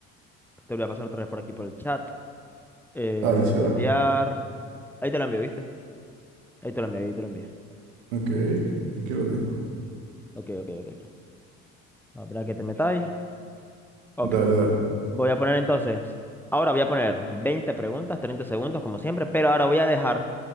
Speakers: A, in the centre; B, on the right.
A: Te voy a pasar otra vez por aquí por el chat. Eh,
B: dale, sí va.
A: enviar. Ahí te lo envío, ¿viste? Ahí te lo envío, ahí te lo envío.
B: Ok, aquí lo tengo.
A: Ok, ok, ok. ok. Habrá que te metáis. Ok.
B: Dale, dale.
A: Voy a poner entonces, ahora voy a poner 20 preguntas, 30 segundos como siempre, pero ahora voy a dejar,